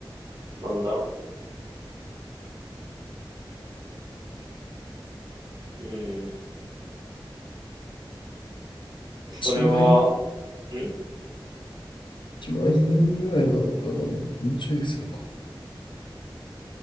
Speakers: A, on the right (about 55°); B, on the left (about 70°).
A: なんだろう。うーん、
B: 1万、
A: それは、ん
B: 1万円ぐらいなのかな。もうちょいするかな。